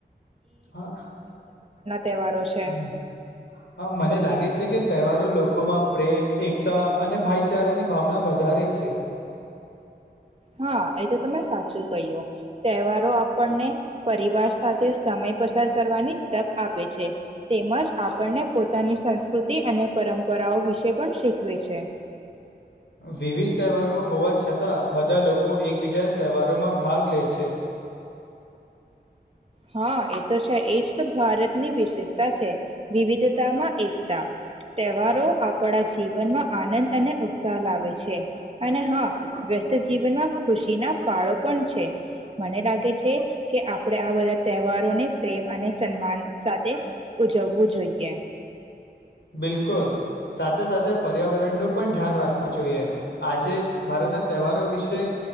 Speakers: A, on the left; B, on the right.
A: હા
B: તહેવારો છે
A: હમ્મ હ મને લાગે છે, કે તહેવારો લોકોમાં પ્રેમ એકતા અને ભાઈચારાની ભાવના વધારે છે.
B: હા, એ તો તમે સાચું કહ્યું તહેવારો આપણને પરિવાર સાથે સમય પસાર કરવાની તક આપે છે, તેમજ આપણને પોતાની સંસ્કૃતિ અને પરંપરાઓ વિશે પણ શીખવે છે.
A: વિવિધ તહેવારો હોવા છતાં બધા લોકો લોકો એકબીજાના તહેવારોમાં ભાગ લે છે,
B: હા, એ તો છે એજ તો ભારતની વિશેષતા છે વિવિધતામાં એકતા તહેવારો આપણા જીવનમાં આનંદ અને ઉત્સાહ લાવે છે, અને હા વ્યસ્ત જીવનમાં ખુશીના પાળો પણ છે મને લાગે છે, કે આપણે આ બધા તહેવારોને પ્રેમ અને સન્માન સાથે ઉજવવું જોઈએ.
A: બિલકુલ સાથે સાથે પર્યાવરણનું પણ ધ્યાન રાખવું જોઈએ, આજે ભારતના તહેવારો વિશે